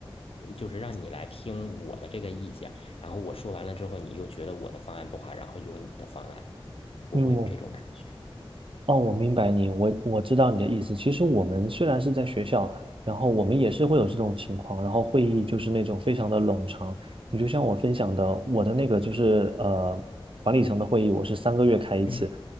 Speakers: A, on the left; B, on the right.
A: 嗯就是让你来听我的这个意见，然后我说完了之后，你又觉得我的方案不好，然后用你的方案，我会有这种感觉。
B: 嗯，哦，我明白你，我我知道你的意思。其实我们虽然是在学校，然后我们也是会有这种情况，然后会议就是那种非常的冗长。你就像我分享的，我的那个就是呃管理层的会议，我是三个月开一次，
A: 嗯，